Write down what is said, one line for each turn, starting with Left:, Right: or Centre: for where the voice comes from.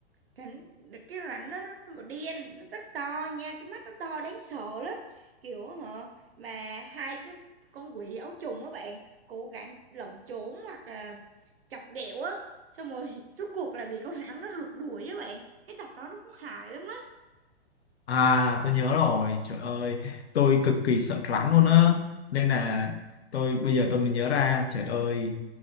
Right: rảnh cái rảnh nó nó đen nó rất to nha cái mắt nó to đáng sợ lắm kiểu hả mà hai cái con quỷ áo trùng á bạn cố gắng lẩn trốn hoặc là chọc ghẹo á xong rồi <laughs> rốt cuộc là bị con rắn nó rượt đuổi á bạn cái tập đó nó cũng hài lắm á
Left: À, tôi nhớ rồi, trời ơi, tôi cực kỳ sợ rắn luôn á. Nên là tôi bây giờ tôi mới nhớ ra, trời ơi.